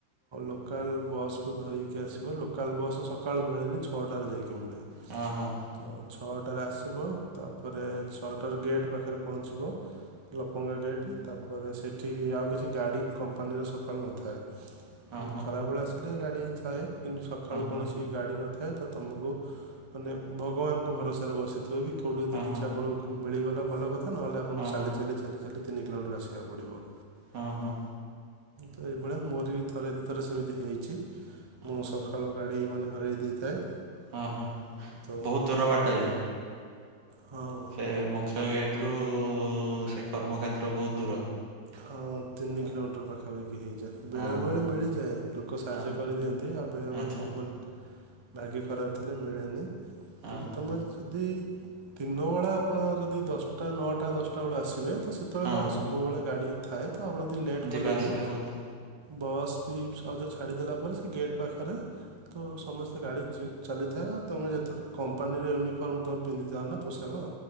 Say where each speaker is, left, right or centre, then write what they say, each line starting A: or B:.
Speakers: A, on the right (about 45°); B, on the right (about 65°).
A: ଲୋକାଲ ବସ୍କୁ ଧରିକି ଆସିବା। ଲୋକାଲ ବସ୍ ସକାଳୁ ମିଳେନି ଛଅଟାରେ ଯାଇକି। ଛଅଟା
B: ହଁ ହଁ
A: ରାତି ତାପରେ ଛଅଟର ଗେଟ୍ ପାଖ। ପାଖରେ ପହଞ୍ଚିବ। ଲପଙ୍ଗା ଗେଟ୍ ତାପରେ, ସେଇଠି ଆଉ କିଛି ଗାଡ଼ି କମ୍ପାନୀର ସକାଳୁ ନଥାଏ।
B: ହଁ
A: ମୁଁ
B: ହଁ
A: ଖରାବେେଳେ ଆସିଲେ ଗାଡି ଥାଏ କିନ୍ତୁ, ସକାଳୁ କୌଣସି
B: ହଁ
A: ଗାଡି ନଥାଏ ତ ତମକୁ। ମାନେ ଭଗବାନଙ୍କ ଭରସାରେ ବସିଥା। କୋଉଠି ଯଦି
B: ହଁ
A: କିଛି
B: ହଁ
A: ଆପଣଙ୍କୁ ମିଳିଗଲା। <unintelligible> ନହେଲେ ଆପଣଙ୍କୁ
B: ହଁ
A: ଚାଲି
B: ହଁ
A: ଚାଲି ଚାଲି ଚାଲି ତିନି କିଲୋମିଟର ଆସିବାକୁ ପଡ଼ିବ।
B: ହଁ ହଁ।
A: ତ ଏଇଭଳିଆ ମୋର ବି ଥରେ ଦୁଇଥର ସେମିତି ହେଇଛି। ମୁଁ
B: ହଁ
A: ସକାଳୁ ଗାଡ଼ି ମାନେ ହରେଇ ଦେଇଥାଏ
B: ହଁ ହଁ
A: ତ
B: ବହୁତ ଦୂର ବାଟ ଯେ।
A: ହଁ
B: ସେ ମୁଖ୍ୟ ଗେଟ୍ ରୁ ସେ କର୍ମକ୍ଷେତ୍ର ବହୁତ ଦୂର।
A: ହଁ ତିନି କିଲୋମିଟର ପାଖାପା ହେଇଯା
B: ହଁ
A: ବେଳେ ବେଳେ
B: ହଁ
A: ମିଳିଯାଏ, ଲୋକ ସାହାଯ୍ୟ
B: ହଁ
A: କରିଦିଅନ୍ତି ଆଉ ବେଳେ ବଳେ
B: ଆଚ୍ଛା
A: ଭ ମାନେ ଭାଗ୍ୟ ଖରାପ ଥିଲେ ମିଳେନି।
B: ହଁ
A: କିନ୍ତୁ
B: ହଁ
A: ତମେ ଯଦି ଦିନବେଳା ଆପଣ ଯଦି ଦଶଟା ନଅଟା ଦଶଟା ବେଳୁ ଆସିବେ। ତ ସେତେବେଳେ
B: ହଁ
A: କଣ
B: ହଁ
A: ସବୁବେଳେ ଗାଡ଼ି ଥାଏ ତ ଆପଣ ଯଦି ଲେଟ୍ କଲେ
B: ଯିବା ଆସିବା
A: ବି
B: ହଉଥା
A: ବସ୍ ବି ସହଜ ଛାଡ଼ିଦେଲା ପରେ ସେ ଗେଟ୍ ପାଖରେ ତ ସମସ୍ତେ ଗାଡ଼ି ଚ ଚାଲିଥାଏ ତମେ ଯେତେବେଳେ କମ୍ପାନୀର ୟୁନିଫର୍ମ ତମେ ପିନ୍ଧିଥାଅ ନା ପୋଷାକ।